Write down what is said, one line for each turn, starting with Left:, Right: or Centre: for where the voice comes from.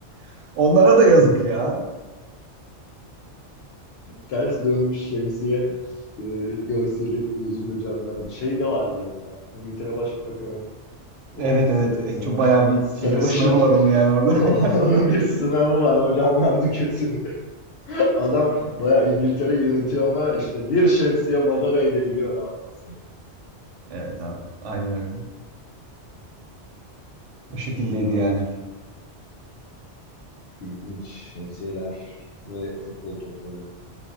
Right: <laughs> Onlara da yazık ya.
Left: Ters dönmüş şemsiye e, görseli gözümde canlandı. Şey de vardı ya. İngiltere Başbakanı o
Right: Evet
Left: sarı
Right: evet. E,
Left: sarıbaş
Right: Çok bayağı bir
Left: sarıbaşın
Right: şey sınavı var onun yani
Left: <laughs>
Right: orada.
Left: onun
Right: <laughs>
Left: bir sınavı var o canlandı gözümde. Adam bayağı İngiltere yönetiyor ama işte bir şemsiye madara edebiliyor abi insanı.
Right: Evet abi. Aynen öyle. Bu şekildeydi
Left: Ha,
Right: yani.
Left: ilginç. Şemsiyeler ve futbol topları.